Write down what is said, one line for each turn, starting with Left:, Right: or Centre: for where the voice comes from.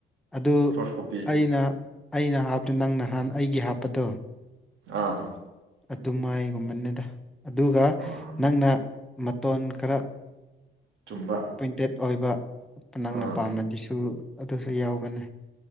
Centre: ꯑꯗꯨ
Right: ꯐꯥꯔꯁ ꯀꯣꯄꯤ
Centre: ꯑꯩꯅ ꯑꯩꯅ ꯍꯥꯞꯇ ꯅꯪ ꯅꯍꯥꯟ ꯑꯩꯒꯤ ꯍꯥꯞꯄꯗꯣ
Right: ꯑꯥ
Centre: ꯑꯗꯨꯃꯥꯏꯒꯨꯝꯕꯅꯤꯗ ꯑꯗꯨꯒ
Right: ꯑꯥ
Centre: ꯅꯪꯅ ꯃꯇꯣꯟ ꯈꯔ
Right: ꯆꯨꯝꯕ
Centre: ꯄ꯭ꯔꯤꯟꯇꯦꯠ ꯑꯣꯏꯕ ꯅꯪꯅ
Right: ꯑꯥ
Centre: ꯄꯥꯝꯅꯕꯤꯁꯨ ꯑꯗꯨꯁꯨ ꯌꯥꯎꯒꯅꯤ